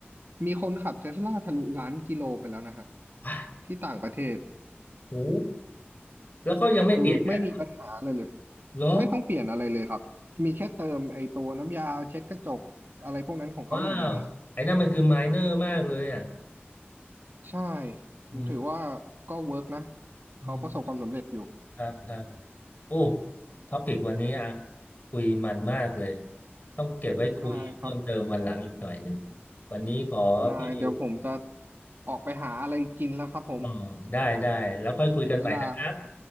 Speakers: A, on the right; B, on the left.
A: มีคนขับเทสลาทะลุล้านกิโลไปแล้วนะฮะ
B: อ่ะ
A: ที่ต่างประเทศ
B: โอ้แล้วก็ยังไม่เปลี่ยนแปลง
A: คือไม่มีปัญหาเลยเลย
B: เหรอ
A: ไม่ต้องเปลี่ยนอะไรเลยครับมีแค่เติมไอ้ตัวน้ำยาเช็ดกระจกอะไรพวกนั้นของเขาอย่างเดียวเอง
B: ว้าวไอ้นั่นมันคือไมเนอร์มากเลยอ่ะ
A: ใช่ผมถือว่า
B: อืม
A: ก็เวิร์กนะเขาประสบความสำเร็จอยู่
B: อืมครับครับโอ้ท็อปิกวันนี้อ่ะคุยมันมากเลยต้องเก็บไว้คุยเพิ่มเติมวันหลังอีกหน่อยหนึ่ง
A: ได้ครับ
B: วันนี้ขอพี่เอก
A: นายเดี๋ยวผมจะออกไปหาอะไรกินแล้วครับผม
B: อ๋อได้ได้แล้วค่อยคุยกันใหม่นะครับ
A: ถึงเวลา